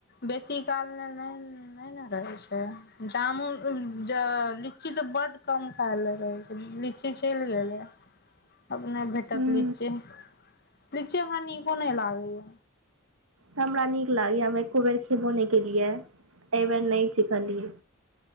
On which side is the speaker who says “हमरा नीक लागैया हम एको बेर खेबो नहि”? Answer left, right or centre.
Right